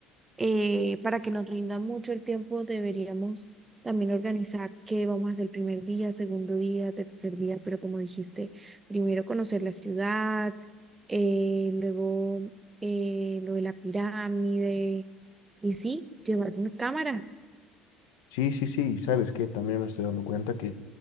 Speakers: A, on the right; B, on the left.
A: eh, para que nos rinda mucho el tiempo, deberíamos también organizar qué vamos a hacer el primer día, segundo día, tercer día, pero como dijiste, primero conocer la ciudad, eh, luego eh, lo de la pirámide, y sí, llevar una cámara.
B: Sí, sí, sí, y sabes que también me estoy dando cuenta que